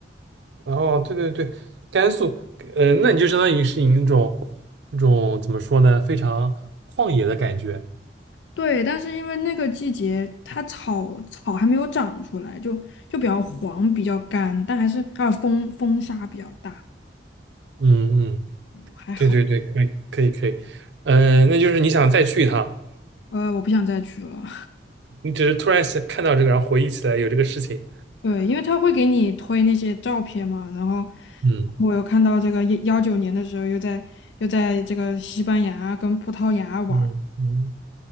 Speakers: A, on the right (about 80°); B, on the left (about 80°).
A: 然后对对对，甘肃，嗯、那你就相当于是你那种那种怎么说呢，非常旷野的感觉。
B: 对，但是因为那个季节它草草还没有长出来，就就比较黄，比较干，但还是还有风风沙比较大，
A: 嗯嗯，
B: 还好。
A: 对对对，可以可以可以，嗯、那就是你想再去一趟，
B: 呃，我不想再去了。
A: 你只是突然想看到这个，然后回忆起来有这个事情。
B: <laughs> 对，因为他会给你推那些照片嘛，然后
A: 嗯
B: 我又看到这个幺九年的时候又在又在这个西班牙跟葡萄牙玩儿，
A: 嗯嗯，